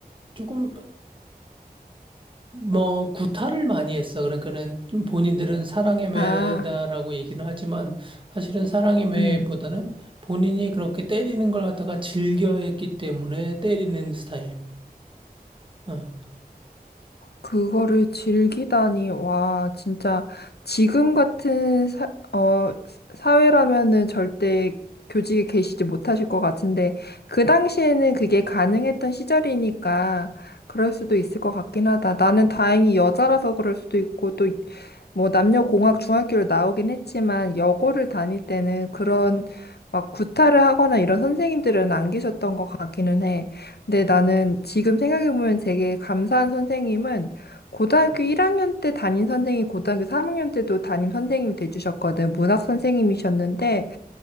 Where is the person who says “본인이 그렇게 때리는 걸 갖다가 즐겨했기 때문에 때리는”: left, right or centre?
Right